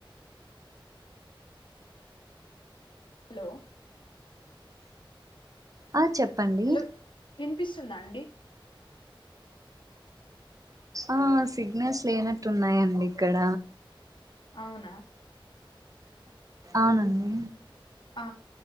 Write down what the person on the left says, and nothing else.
హలో
హలో వినిపిస్తుందా అండి
అవునా
ఆ